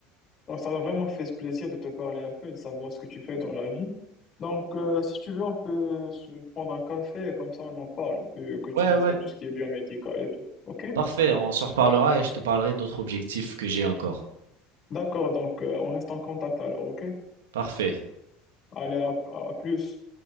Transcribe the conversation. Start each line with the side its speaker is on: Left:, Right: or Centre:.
Left: Donc, ça m'a vraiment fait ce plaisir de te parler un peu et de savoir ce que tu fais dans la vie. Donc, euh, si tu veux, on peut se prendre un café et comme ça on en parle, euh, que tu
Right: Ouais,
Left: veux
Right: ouais.
Left: faire tout ce qui est biomédical et tout. OK?
Right: Parfait, on s'en reparlera et je te parlerai d'autres objectifs que j'ai encore.
Left: D'accord, donc euh, on reste en contact alors, OK?
Right: Parfait.
Left: Allez, à à- à plus.